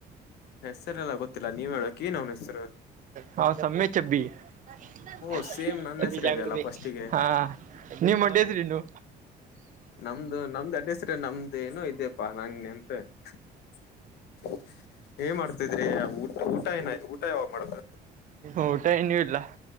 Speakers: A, on the left; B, on the right.
A: ಹೆಸರೆಲ್ಲ ಗೊತ್ತಿಲ್ಲ ನೀವ್ ಹೇಳಕ್ ಏನ್ ಅವ್ನ ಹೆಸರು.
B: ಹ ಸಮ್ಯ ಚಬಿ <unintelligible>
A: ಓ ಸೇಮ್ ನನ್ನ ಹೆಸರು ಇದೆಯಲ್ಲ ಫಸ್ಟಿಗೆ
B: ಹಾ ನೀವ್ ಮಡ್ಯದಿರೇನು.
A: ನಮ್ದು ನಮ್ದ್ ಅಡ್ರೆಸ್ ನಮ್ದು ಏನೋ ಇದ್ಯಪ್ಪಾ ನಂಗ್ ನೆನಪೆ ಇಲ್ ಏನ್ ಮಾಡ್ತಿದ್ರಿ ಊಟ ಊಟ ಏನಾಯ್ತು ಊಟ ಯಾವಾಗ ಮಾಡದ್
B: ಊಟ ಇನ್ನೂ ಇಲ್ಲ